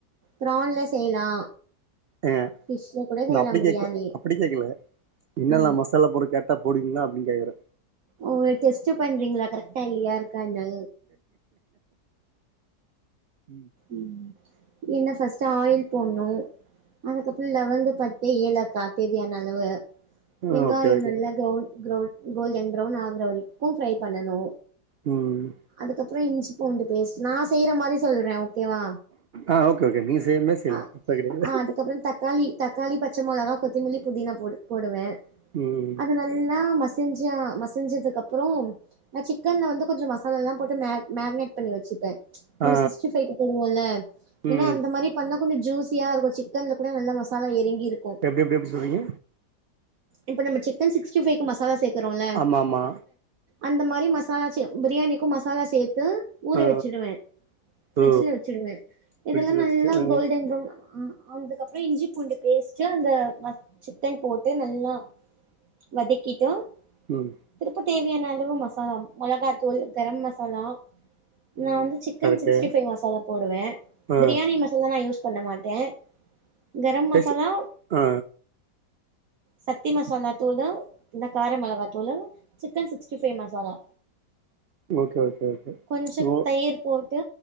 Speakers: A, on the right (about 60°); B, on the right (about 80°).
A: பிரான்ல செய்லா
B: ஏங்க
A: ஃபிஷ்ல கூட செய்லா
B: நா அப்டி
A: பிரியாணி
B: கேக்ல அப்டி கேக்கல என்னென்ன
A: ஆ
B: மசாலா போட்ற கேட்ட டா போடுவீங்ளா அப்டின் கேக்குற
A: ஓ டெஸ்ட் பண்றீங்ளா கரெக்டா இல்லயா இருக்கானு
B: ம்
A: ம் என்ன ஃபர்ஸ்ட்டு ஆயில் போடணு அதுக்கப்பற லவங்க பட்ட ஏலாக்கா தேவையான அளவு
B: ம்
A: வெங்காய
B: ஓகே ஓகே
A: நல்லா க்ரவுன் க்ரவுன் கோல்டன் ப்ரௌன் ஆகுற வரைக்கு ஃப்ரை பண்ணனு
B: ம்
A: அதுக்கப்பற இஞ்சி பூண்டு பேஸ்ட் நா செய்ற மாரி சொல்ற ஓகே வா
B: ஆ ஓகே ஓகே நீங்க செய்ற மாரி செய்யலா
A: அ
B: தப்பே கெடையாது
A: அதுக்கப்பற தக் காளி தக்காளி பச்ச மொளகா கொத்தமல்லி புதினா போ போடுவே
B: ம்
A: அது நல்லா மசி கொஞ்சோ மசுஞ்சதுக்கு அப்பற நா சிக்கன்ல வந்து கொஞ்சோ மசாலால்லா போட்டு மேக் மேக்னேட் பண்ணி வச்சு ப நம்ம
B: ஆ
A: சிக்ஸ்டி ஃபைவ்க்கு போடுவோல
B: ம்
A: ஏன்னா அந்த மாரி பண்ணா கொஞ்சோ ஜூஸியா இருக்கு சிக்கனில கூட நல்லா மசாலா இறங்கிருக்
B: எப்டி எப் எப்டி சொல்றீங்க
A: இப்ப நம்ம சிக்கன் சிக்ஸ்ட்டி ஃபைவ்க்கு மசாலா சேக்றோல
B: ஆமா ஆமா
A: அந்த மாரி மசாலா ச பிரியாணிக்கு மசாலா சேர்த்து ஊற
B: ஆ
A: வச்சிடுவே பிரிஜ்ல
B: ஓ
A: வச்சுடுவே இதெல்லா
B: ஃப்ரிட்ஜ்ல
A: நல்லா
B: வச்சுட்டு ஆ
A: கோல்டன் பிரவுன் ஆன து கப் அப்ற இஞ்சி பூண்டு பேஸ்ட்டு அந்த ம சிக்கன் போட்டு நல்லா வதக்கிட்டு
B: ம்
A: திருப்ப தேவையான அளவு மசாலா மொளகாத்தூள் கரம் மசாலா நா
B: ம்
A: வந்து chicken
B: correct
A: sixty five masala போடுவே
B: ஆ
A: பிரியாணி மசாலா நா யூஸ் பண்ண மாட்டே கரம்
B: டேஸ்ட்
A: மசாலா
B: ஆ
A: சக்தி மசாலா தூள்தா இந்த கார மிளகா தூளு. Chicken sixty five masala
B: okay okay okay
A: கொஞ்சோ
B: ஓ
A: தயிர் போட்டு